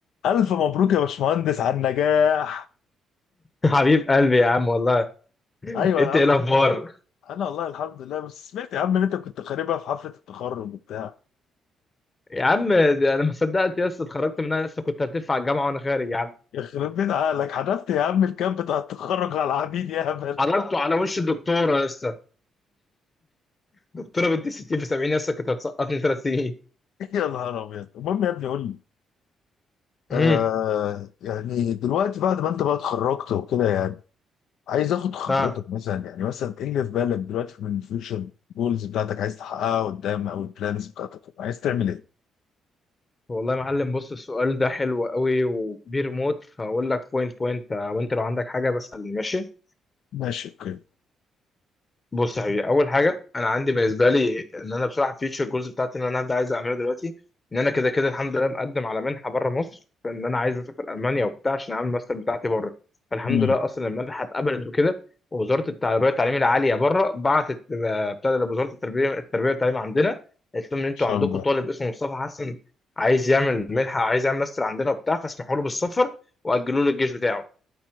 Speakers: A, on the left (about 75°); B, on the left (about 25°).
A: ألف مبروك يا باشمهندس على النجاح
B: حبيب قلبي يا عم والله
A: أيوة
B: انت
A: يا عم
B: ايه الاخبار
A: أنا والله الحمد لله بس سمعت يا عم إن أنت كنت خاربها في حفلة التخرج وبتاع
B: يا عم ده انا ما صدقت يا اسطى اتخرجت منها لسه كنت هتدفع الجامعه وانا خارج يا عم
A: يخرب بيت عقلك حذفت يا عم الكامب بتاع التخرج على العبيد يا هبل
B: حضرته على وش الدكتوره يا اسطى دكتوره بنت 60 في 70 يا اسطى كانت هتسقطني ثلاث سنين
A: <laughs> يا نهار أبيض المهم يا ابني قول لي آه
B: امم
A: يعني دلوقتي بعد ما أنت بقى اتخرجت وكده يعني عايز آخد خبرتك
B: ها
A: مثلا يعني مثلا إيه اللي في بالك دلوقتي من الفيوتشر جولز بتاعتك عايز تحققها قدام أو البلانز بتاعتك عايز تعمل إيه؟
B: والله يا معلم بص السؤال ده حلو قوي وكبير موت فاقول لك بوينت بوينت وانت لو عندك حاجه بسألني ماشي
A: ماشي أوكي
B: بص يا حبيبي اول حاجه انا عندي بالنسبه لي ان انا بصراحه فيوتشر جولز بتاعتي ان انا هبدا عايز اعملها دلوقتي ان انا كده كده الحمد لله مقدم على منحه بره مصر فان انا عايز اسافر المانيا وبتاع عشان اعمل الماستر بتاعتي بره فالحمد
A: مم، إن
B: لله اصلا المنحه اتقبلت وكده ووزاره التربيه والتعليم العاليه بره بعتت آه، بتاع ده وزاره التربيه التربيه والتعليم عندنا قالت لهم ان انتوا
A: شاء
B: عندكم طالب اسمه مصطفى حسن عايز يعمل منحه عايز يعمل ماستر عندنا وبتاع فاسمحوا له بالسفر واجلوا له الجيش بتاعه